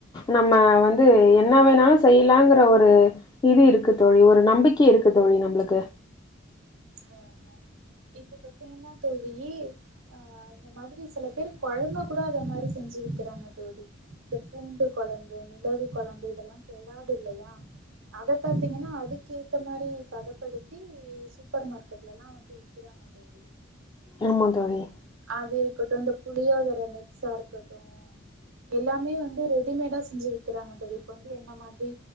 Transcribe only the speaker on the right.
ஆ ஆ இப்ப பாத்தீங்கன்னா தோழி அ அ இந்த மாதிரி சில பேரு கொழம்ப கூட அந்த மாதிரி செஞ்சு விக்கெறாங்க தோழி இந்த பூண்டு கொழம்பு மிளகு கொழம்பு இதெல்லா கெடாது இல்லயா அத பாத்தீங்கன்னா அதுக்கேத்த மாரி பதப்படுத்தி சு சூப்பர் மார்கெட்ல எல்லா வந்து விற்கெறாங்க தோழி
அது இருக்கட்டு இந்த புளியோதர மிக்ஸா இருக்கட்டு எல்லாமே வந்து ரெடிமேடா செஞ்சு விக்கெறாங்க தோழி இப்ப வந்து என்ன மாதிரி